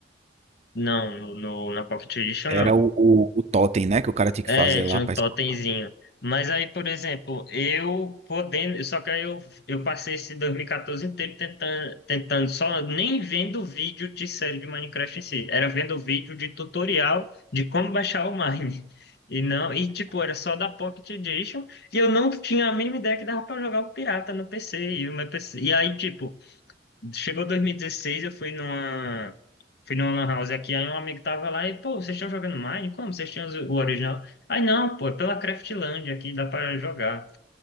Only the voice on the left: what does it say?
não, no, no- na Pocket Edition
não.
É,
tinha
um totemzinho.
Mas aí, por exemplo, eu podendo, só que aí eu, eu passei esse 2014 inteiro tentando, tentando só nem vendo vídeo de série de Minecraft em si, era vendo vídeo de tutorial de como baixar o Mine. <laughs> E não, e tipo, era só da Pocket Edition, e eu não tinha a mínima ideia que dava pra jogar o pirata no PC, e o meu PC, e aí tipo, Chegou 2016, eu fui numa. Fui numa lan house aqui, aí um amigo tava lá e, pô, vocês estão jogando Mine? Como? Vocês tinham os- o original? Aí, não, pô, é pela Craftland aqui, dá pra jogar.